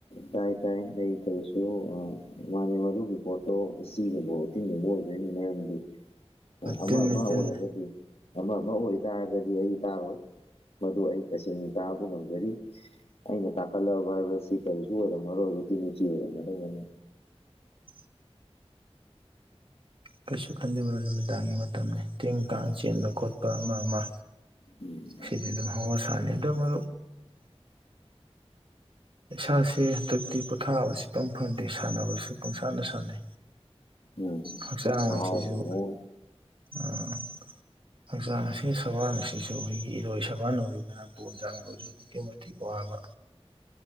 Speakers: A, on the left; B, on the right.
A: ꯇꯥꯏ ꯇꯥꯏ ꯑꯩ ꯀꯔꯤꯁꯨ ꯃꯥꯥꯟꯅꯦ ꯃꯗꯨꯒꯤ ꯄꯣꯠꯇꯣ ꯎꯆꯤꯒꯨꯝꯕ ꯎꯇꯤꯟꯒꯨꯝꯕ ꯑꯣꯏꯗꯣꯏ ꯃꯔꯝꯗꯤ ꯑꯃ
B: ꯇꯤꯟꯅ
A: ꯑꯃ
B: ꯇꯤꯟ
A: ꯑꯣꯏꯔꯒꯗꯤ ꯑꯃ ꯑꯃ ꯑꯣꯏꯇꯥꯔꯒꯗꯤ ꯑꯩ ꯇꯥꯔꯣꯏ ꯃꯗꯨ ꯑꯩ ꯇꯁꯦꯡꯅ ꯇꯥꯕ ꯉꯝꯖꯔꯤ ꯑꯩꯅ ꯇꯥꯛꯀꯠꯂꯑꯕ ꯍꯥꯏꯕ ꯁꯤ ꯀꯔꯤꯁꯨ ꯑꯣꯏꯔꯝꯃꯔꯣꯏ ꯇꯤ ꯅꯨꯡꯆꯤ ꯑꯣꯏꯔꯝꯃꯗꯕꯅꯤ
B: <inaudible> ꯀꯩꯁꯨ ꯈꯟꯜꯂꯤꯦꯕꯣ ꯅꯨꯃꯤꯗꯥꯡꯒꯤ ꯃꯇꯝꯅꯤ ꯇꯤꯟ ꯀꯥꯡ ꯆꯦꯟꯕ ꯈꯣꯠꯄ ꯑꯃ ꯑꯃ
A: ꯎꯝ
B: ꯁꯤꯗꯤ ꯑꯗꯨ ꯍ ꯁꯅꯤꯗ ꯃ ꯏꯁꯥꯁꯦ ꯍꯟꯗꯛꯇꯤ ꯄꯣꯊꯥꯕ ꯆꯤꯄꯪ ꯐꯪꯗꯦ ꯁꯥꯟꯅꯕꯁꯨ ꯄꯪꯁꯥꯅ ꯁꯥꯟꯅꯩ
A: ꯎꯝ
B: ꯍꯛꯆꯥꯡ
A: ꯑꯉꯥꯎꯕꯒꯤ
B: ꯑꯁꯤꯁꯨ
A: ꯃꯑꯣꯡ
B: ꯎꯝ ꯍꯛꯆꯥꯡ ꯑꯁꯤ ꯁꯕꯥꯟ ꯑꯁꯤꯁꯨ ꯑꯩꯈꯣꯏꯒꯤ ꯏꯔꯣꯏ ꯁꯕꯥꯟ ꯑꯣꯏꯕꯅ ꯣꯟ ꯁꯥꯟꯔꯛꯄꯁꯨ ꯑꯗꯨꯛꯀꯤ ꯃꯇꯤꯛ ꯋꯥꯕ